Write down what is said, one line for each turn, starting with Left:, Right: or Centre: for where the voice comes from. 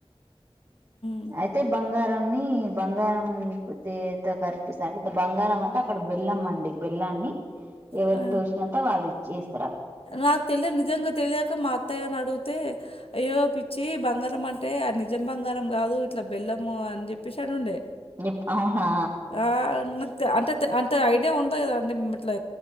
Left: హ్మ్.
Right: ఆ అయితే బంగారం ని బంగారం దే కర్పిస్తంది అంటే బంగారం అంటే అక్కడ బెల్లం అండి బెల్లాన్ని ఎవరికి
Left: ఆ!
Right: తోసినంత వాళ్ళు ఇచ్చేస్త
Left: నాకు తెలియదు నిజంగా తెలియక మా అత్తయ్యని అడిగితే అయ్యో పిచ్చి బంగారం అంటే ఆ నిజం బంగారం కాదు ఇట్లా బెల్లము అని చెప్పేసి అని
Right: చెప్ అవునా
Left: ఆ నాకు అంటే అంతే ఐడియా ఉండ కదాండి మ ఇట్లా